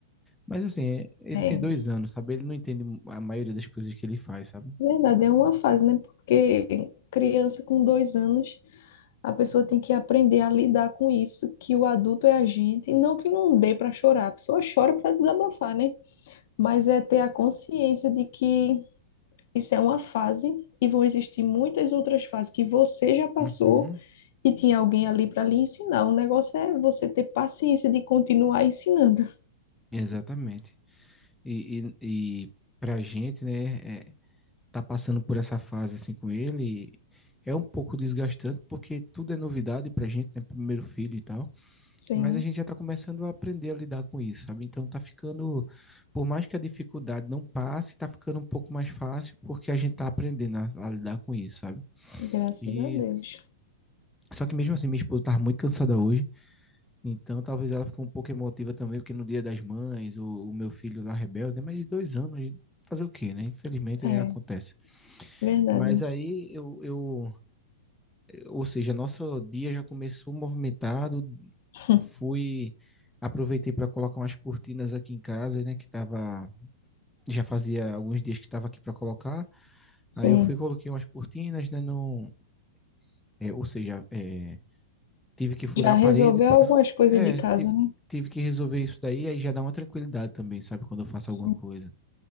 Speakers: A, in the centre; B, on the left.
A: Mas assim, é- ele
B: É.
A: tem dois anos, sabe? Ele não entende a maioria das coisas que ele faz, sabe?
B: Verdade, é uma fase, né? Porque criança com dois anos, a pessoa tem que aprender a lidar com isso, que o adulto é a gente. e Não que não dê para chorar, a pessoa chora para desabafar, né? Mas é ter a consciência de que. Isso é uma fase e vão existir muitas outras fases que você já passou
A: Uhum.
B: e tinha alguém ali para lhe ensinar. O negócio é você ter paciência de continuar ensinando.
A: Exatamente. E, e, e pra gente, né, é, tá passando por essa fase assim com ele, é um pouco desgastante, porque tudo é novidade pra gente, né, primeiro filho e tal,
B: Sim,
A: mas a gente já tá começando a aprender a lidar com isso, sabe? Então tá ficando, por mais que a dificuldade não passe, tá ficando um pouco mais fácil, porque a gente tá aprendendo a, a lidar com isso, sabe?
B: graças
A: E
B: a Deus.
A: só que mesmo assim, minha esposa tava muito cansada hoje, Então, talvez ela ficou um pouco emotiva também, porque no Dia das Mães, o, o meu filho lá rebelde, né, mas de dois anos, fazer o quê, né? Infelizmente
B: É,
A: é, acontece.
B: verdade.
A: Mas aí eu, eu, ou seja, nosso dia já começou movimentado,
B: <laughs>
A: fui, aproveitei para colocar umas cortinas aqui em casa, né? Que tava, já fazia alguns dias que estava aqui para colocar.
B: Sim.
A: Aí eu fui, coloquei umas cortinas, né? No, é, ou seja, é, Tive que furar
B: Já
A: a
B: resolveu
A: parede. pa-
B: algumas coisas
A: É,
B: de casa,
A: tive,
B: né?
A: tive que resolver isso daí. Aí já dá uma tranquilidade também, sabe? Quando eu faço
B: Sim.
A: alguma coisa.